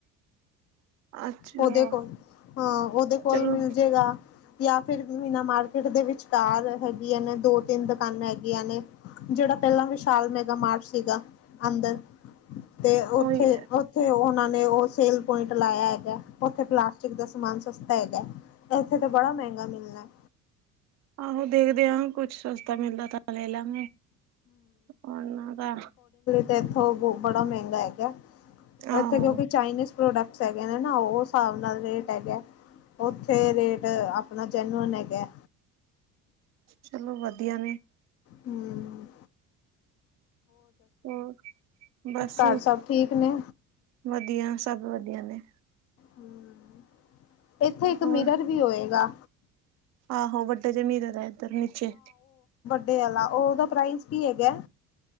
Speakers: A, on the right; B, on the left.
A: ਅੱਛਾ
B: ਉਹਦੇ ਕੋਲ, ਹਾਂ। ਉਹਦੇ ਕੋਲ
A: ਚਲੋ
B: ਮਿਲ ਜੇਗਾ। ਜਾਂ ਫਿਰ ਬਿਨਾਂ ਮਾਰਕੀਟ ਦੇ ਵਿਚਕਾਰ ਹੈਗੀਆਂ ਨੇ ਦੋ -ਤਿੰਨ ਦੁਕਾਨਾਂ ਹੈਗੀਆਂ ਨੇ। ਜਿਹੜਾ ਪਹਿਲਾਂ ਵਿਸ਼ਾਲ ਮੈਗਾ ਮਾਰਟ ਸੀਗਾ। ਅੰਦਰ ਤੇ ਉੱਥੇ-
A: ਉਹੀ
B: ਉੱਥੇ ਤੇ ਉਹਨਾਂ ਨੇ ਉਹ ਸੇਲ ਪੁਆਇੰਟ ਲਾਇਆ ਹੈਗਾ। ਉੱਥੇ ਪਲਾਸਟਿਕ ਦਾ ਸਮਾਨ ਸਸਤਾ ਹੈਗਾ। ਇੱਥੇ ਤਾਂ ਬੜਾ ਮਹਿੰਗਾ ਮਿਲਣਾ ਹੈ।
A: ਆਹੋ ਦੇਖਦੇ ਹਾਂ। ਕੁੱਛ ਸ ਮਿਲਦਾ ਤਾਂ ਲੈ ਲਾਂਗੇ। ਉਨਾਂ ਦਾ
B: ਤੇ ਇੱਥੋਂ ਬ ਬੜਾ ਮਹਿੰਗਾ ਹੈਗਾ।
A: ਆਹੋ
B: ਇੱਥੇ ਕਿਉਂਕਿ ਚਾਈਨੀਜ਼ ਪ੍ਰੋਡਕਟਸ ਹੈਗੇ ਨੇ ਨਾ ਉਹ ਹਿਸਾਬ ਨਾਲ ਰੇਟ ਹੈਗੇ। ਉੱਥੇ ਰੇਟ ਆਪਣਾ ਜੈਨੂਅਨ ਹੈਗਾ।
A: ਚਲੋ ਵਧੀਆ ਨੇ।
B: ਹਮ।
A: ਹੋਰ, ਬਸ,
B: ਘਰ ਸਭ ਠੀਕ ਨੇ?
A: ਵਧੀਆ ਸਭ ਵਧੀਆ ਨੇ।
B: ਹਮ। ਇੱਥੇ ਇੱਕ
A: ਹੋਰ
B: ਮਿਰਰ ਵੀ ਹੋਏਗਾ।
A: ਆਹੋ ਵੱਡੇ ਜਮੀਰੇ ਵਾਲੇ ਏਦਰ ਨੀਚੇ।
B: ਡੇ ਵਾਲਾ ਉਹ ਉਹਦਾ ਪ੍ਰਾਈਜ਼ ਕੀ ਹੈਗਾ।